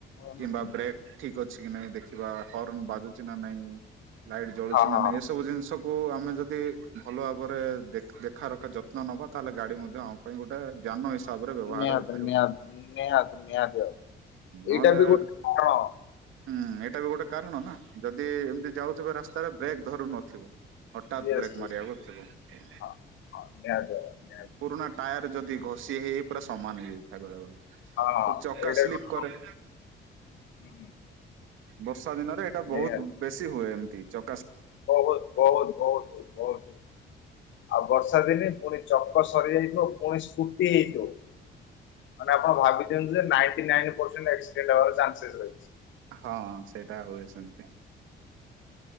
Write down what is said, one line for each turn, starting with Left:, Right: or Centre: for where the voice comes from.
Left: ଓ
Right: କିମ୍ବା
Left: ହୋ।
Right: ବ୍ରେକ୍ ଠିକ୍ ଅଛିକି ନାଇଁ ଦେଖିବା, ହର୍ନ୍ ବାଜୁଚିକି ନାଇଁ? ଲାଇଟ୍ ଜଳୁଚି
Left: ହଁ
Right: ନା
Left: ହଁ
Right: ନାଇଁ ଏ ସବୁ ଜିନିଷ କୁ ଆମେ ଯଦି ଭଲ ଭାବରେ ଦେଖା ରଖା ଯତ୍ନ ନେବା, ତାହେଲେ ଗାଡି ମଧ୍ୟ ଆମ ପାଇଁ ଗୋଟେ ଜ୍ଞାନ ହିସା ତାପରେ, ବ୍ୟବହାର
Left: ନିହାତି
Right: ହେଇପାରିବ
Left: ନିହାତି ନିହାତି ନିହାତି ଆଉ ଏଇଟା
Right: ନହେଲେ
Left: ବି ଗୋଟେ
Right: ହୁଁ
Left: କାରଣ।
Right: ଏଇଟା, ବି ଗୋଟେ କାରଣ ନା ଯଦି ଏମିତି ଯାଉଥିବ ରାସ୍ତାରେ ବ୍ରେକ୍ ଧରୁନ ହଠାତ୍
Left: ୟେସ୍
Right: ବ୍ରେକ୍
Left: ୟେସ୍
Right: ମାରିବାକୁଥିବ ତ
Left: ହଁ ହଁ ନିହାତି ଭାବରେ ନିହାତି
Right: ପୁରୁଣା ଟାୟାର ଯଦି ଘଷି ହେଇ ହେଇ ପୁରା ସମାନ ହେଇଯାଇଥାଏ ବେଳେ ବେଳେ।
Left: ହଁ
Right: ତ
Left: ହଁ
Right: ଚକା
Left: ଏଇଟା
Right: ସ୍ଲିପ୍
Left: ଗୋଟେ
Right: କରେ।
Left: ହୁଁ ହୁଁ।
Right: ବର୍ଷା ଦିନରେ ଏଇଟା ବହୁତ
Left: ନିହାତି
Right: ବେଶୀ ହୁଏ, ଏମିତି ଚ
Left: ବହୁତ ବହୁତ ବହୁତ ବହୁତ। ଆଉ ବର୍ଷା ଦିନେ ପୁଣି ଚକ ସରିଯାଇଥିବ, ପୁଣି ସ୍କୁଟି ହେଇଥିବ ମାନେ ଆପଣ ଭାବି ଦିଅନ୍ତୁ ଯେ ନାଇଣ୍ଟ ନାଇନି ପର୍ସେଣ୍ଟ ଏକ୍ସିଡେଣ୍ଟ ହବାର ଚାଞ୍ଚେସ ଅଛି।
Right: ହଁ ସେଇଟା ହୁଏ ସେମିତି।